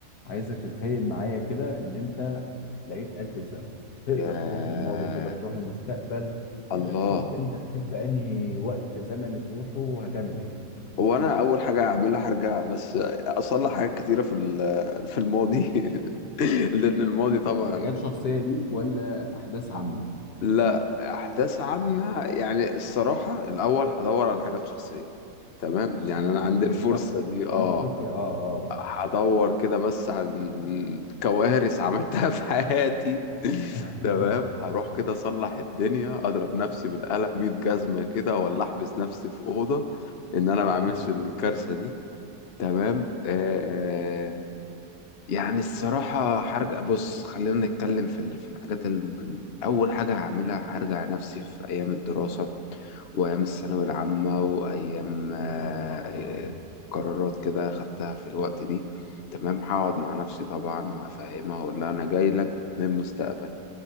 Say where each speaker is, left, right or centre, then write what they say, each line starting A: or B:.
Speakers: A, on the left (about 70°); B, on the left (about 55°).
A: عايزك تتخيل معايا كده ان انت لقيت آلة الزمن تقدر
B: ياه
A: تروح الماضي تقدر تروح المستقبل
B: الله
A: آه، شوف انت تحب انهي وقت زمني تروحه وهتعمل ايه
B: هو انا اول حاجه هعملها هرجع بس اصلح حاجات كتيره في ال- في الماضي <laughs> لان الماضي طبعا
A: يعني حاجات شخصية ليك ولا أحداث عامة؟
B: لا احداث عامه يعني الصراحه الاول هدور على حاجات شخصيه تمام يعني
A: تمام
B: انا عندي
A: اكيد
B: الفرصه
A: صح
B: دي
A: ده
B: اه
A: منطقي اه
B: هدور كده بس عن كوارث عملتها في حياتي <laughs>
A: اه
B: تمام هروح
A: <laughs>
B: كده اصلح الدنيا اضرب نفسي بالقلم 100 جزمة كده ولا احبس نفسي في أوضة ان انا ما
A: اه
B: اعملش الكارثة دي تمام آه يعني الصراحة هرجع بص خلينا نتكلم في ال- في الحاجات المهمة أول حاجة هعملها هرجع نفسي في أيام الدراسة وأيام الثانوية العامة وأيام آه،
A: آه. آه.
B: آه، قرارات كده خدتها في الوقت دي تمام هقعد مع نفسي طبعا وهفهمها وأقول لها أنا جاي لك من المستقبل